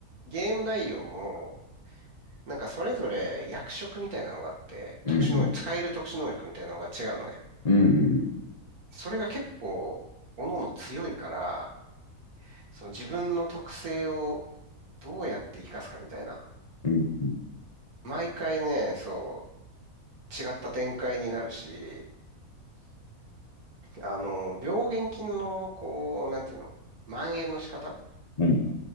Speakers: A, on the right; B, on the left.
A: ゲーム内容も、なんかそれぞれ役職みたいなのがあって、
B: うん
A: 特殊能力、使える特殊能力みたいなのが違うのね。
B: うん。うんうん
A: それが結構、各々強いから、その自分の特性をどうやって活かすかみたいな。
B: うんうん
A: 毎回ね、そう、違った展開になるし、あの病原菌の、こう、なんていうの、蔓延の仕方
B: うん。